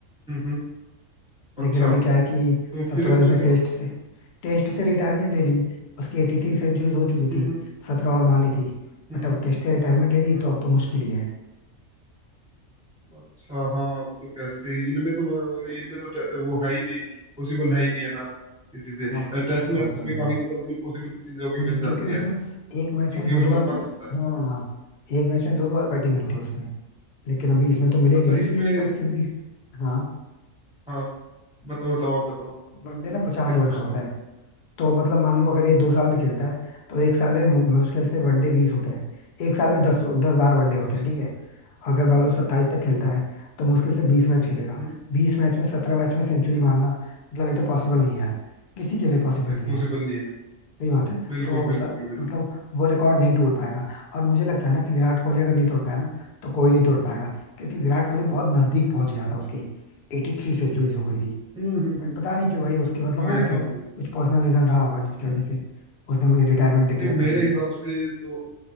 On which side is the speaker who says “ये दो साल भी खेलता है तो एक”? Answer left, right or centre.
Left